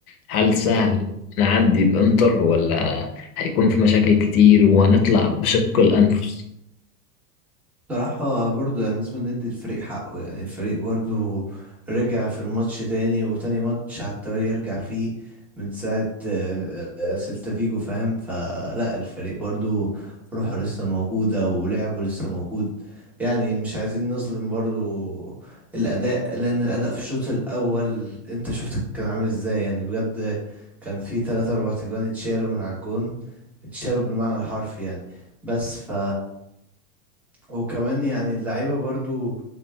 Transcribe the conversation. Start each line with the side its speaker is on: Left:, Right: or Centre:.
Left: هل سهل نعدي الإنتر ولا هيكون في مشاكل كتير وهنطلع بشق الأنفس؟
Centre: بصراحة برضه يعني لازم ندي الفريق حقه يعني الفريق برضه رجع في الماتش تاني وتاني ماتش على التوالي يرجع فيه من ساعة آه، آه، سيلتا فيجو فاهم فلا الفريق برضه روحه لسه موجودة ولعبه لسه موجود يعني مش عايزين نظلم برضه الأداء لأن الأداء في الشوط الأول أنت شفت كان عامل إزاي يعني بجد كان في تلاتة أربع تجوان اتشالوا من على الجون اتشالوا بالمعنى الحرفي يعني بس ف وكمان يعني اللعيبة برضو